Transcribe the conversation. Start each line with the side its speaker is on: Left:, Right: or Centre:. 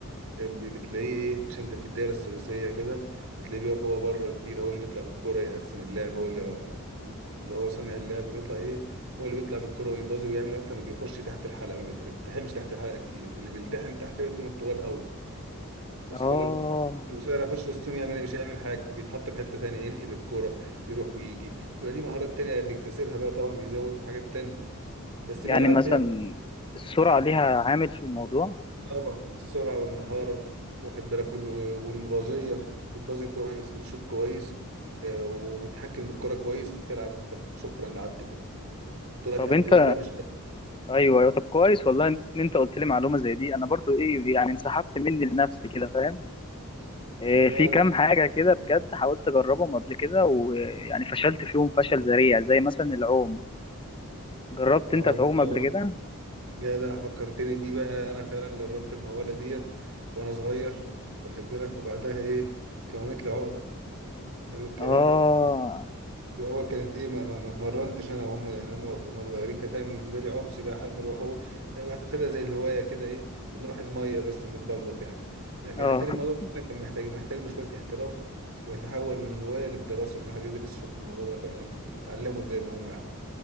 Right: بتلاقيه ايه مش انت في الدايره الثلاثيه كده بتلاقيه بيقف هو بره كتير هو اللي بيطلع بالكره يقسم اللعب هو اللي هو صانع اللعب بيطلع ايه هو اللي بيطلع بالكره ويبازي ويعمل اكتر ما بيخش تحت الحلقه ما بيلتحمش تحت الحلقه كتير اللي بيلتحم تحت بيتلاقيهم الطوال قوي واصل
Left: اه
Right: لك القصير هيخش وسطهم يعمل ايه مش هيعمل حاجه فبيتحط في حته تانيه ينقل الكوره يروح ويجي يبقى ليه مهارات تانيه بيكتسبها بقى طبعا بيزود في حاجات تانيه بس
Left: يعني
Right: بيلعب
Left: مثلا السرعة ليها عامل في الموضوع
Right: طبعا السرعة والمهارة واخد بالك وال- والمبازية بتبازي كويس بتشوط كويس آه، وتحكم بالكرة كويس تلعب شكرا لعبت كده طولك
Left: طب
Right: قد
Left: انت
Right: ايه بقى مش
Left: ايوه ايوه طب كويس والله ان انت قلت لي معلومة زي دي انا برضو ايه يعني انسحبت مني لنفسي كده فاهم إيه
Right: لا
Left: في كام
Right: لا
Left: حاجة كده بجد حاولت اجربهم قبل كده ويعني فشلت فيهم فشل ذريع زي مثلا العوم جربت
Right: اه
Left: انت تعوم قبل
Right: آه.
Left: كده
Right: جدع فكرتني دي بقى انا فعلا جربت المقولة ديت وانا صغير واخد بالك وبعدها ايه كونت لي عقدة حلو الكلام
Left: اه
Right: هو كانت ايه ما, ما, ما اتمرنتش انا وهم يعني هم هم صغيرين كانت دايما بالنسبه لي عوم سباحه نروحوا واخدها زي الهوايه كده ايه بنروح الميه بس بنبلبط يعني لكن
Left: اه
Right: اتاري الموضوع
Left: <laughs>
Right: ده كان محتاج محتاج له شويه احتراف ويتحول من الهوايه للدراسه ان الواحد يدرس يشوف الموضوع ده فعلا يتعلمه زي ما هم يا